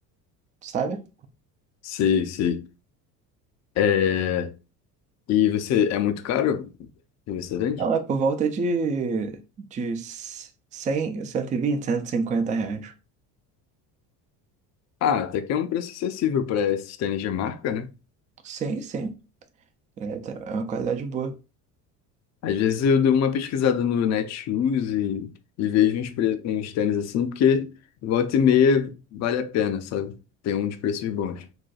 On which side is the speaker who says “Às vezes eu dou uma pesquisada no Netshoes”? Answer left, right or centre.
Left